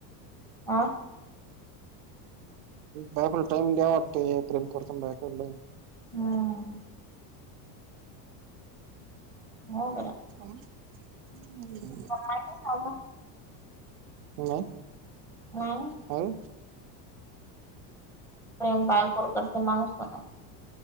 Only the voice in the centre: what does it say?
हं?
हम. हो बर.
<unintelligible> का का लत
नाही
प्रेम बायकोवर करतो माणूस ना